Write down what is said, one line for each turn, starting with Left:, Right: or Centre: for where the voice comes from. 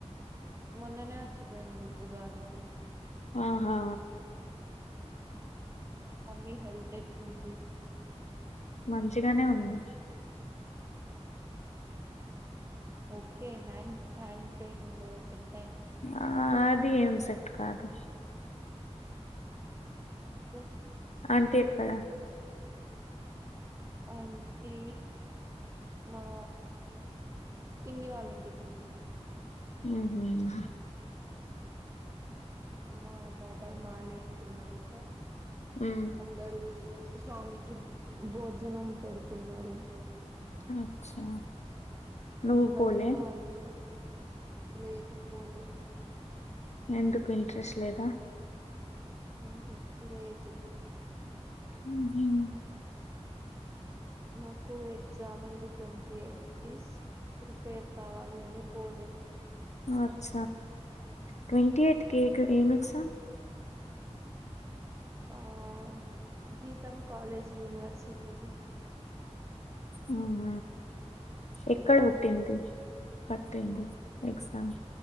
Right: మొన్ననే అచ్చిపోయిండు ఉగాదికి.
Left: ఆహా.
Right: మమ్మీ హెల్త్ ఎట్ల్ రండి.
Left: మంచిగానే ఉంది.
Right: ఓకే హ్యాండ్ హ్యాండ్ పేయిన్ ఉందేదో చెక్.
Left: ఆహ్ ద్. ఏం సెట్ కాదు.
Right: ఇదికుమ్.
Left: అంటే ఎక్కడ.
Right: అంటే మా పిన్ని వాళ్ల ఇంటికి వెళ్లే ముందు.
Left: ఉమ్మ్.
Right: మా బాబాయ్ మాలేసుకున్నాడు ఉషా.
Left: ఉమ్
Right: అందరు. స్వామికి భోజనం పెడుతున్నారు.
Left: అచ్చా. నువ్వు
Right: భజన
Left: పోలే
Right: ఉంది. లేదు పోలే.
Left: ఎందుకు ఇంట్రెస్ట్ లేదా.
Right: ఆహా లేదు.
Left: నువ్వేం.
Right: నాకు ఎగ్జామ్ ఉంది ట్వంటీ ఎయిత్ కి. ప్రిపేర్ కావాలి అని పోలే.
Left: అచ్చ ట్వంటీ ఎయిట్ కేక్ ఏం ఎగ్జామ్.
Right: ఆహ్ గీతమ్ కాలేజ్ యూనివర్సిటీది.
Left: ఆహ ఎక్కడ పుట్టింది పట్టింది ఎగ్జామ్.